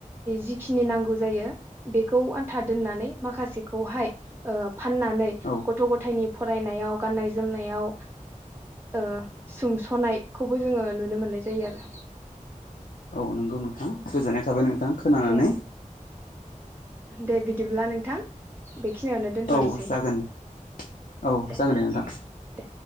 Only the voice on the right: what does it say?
जि खिनि नांगौ जायो बेखौ आन्था दोननानै माखासेखौहाय। फाननानै
गथ' गथायनि फरायनायाव गाननाय जोमनायाव ओ सुंस'नायखौबो जोङो नुनो मोननाय जायो आरो।
नोंथां। दे बिदिब्ला नोंथां। बेखिनियावनो दोनथ'नोसै
दे।
दे